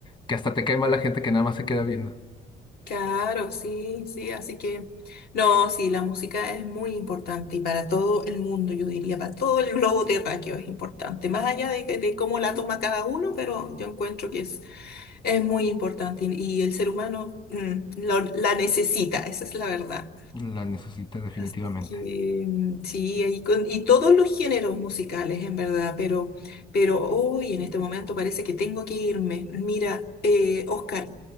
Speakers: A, on the left (about 25°); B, on the left (about 70°).
A: que hasta te cae mal la gente que nada más se queda viendo.
B: Claro, sí, sí, así que no, sí, la música es muy importante y para todo el mundo, yo diría, para todo el globo terráqueo es importante, más allá de, que- de cómo la toma cada uno, pero yo encuentro que es, es muy importante y, y el ser humano mm, lo- la necesita, esa es la verdad.
A: La necesita definitivamente.
B: Así que mm, sí, ahí con, y todos los géneros musicales, en verdad, pero, pero hoy en este momento parece que tengo que irme. Mira, eh, Oscar,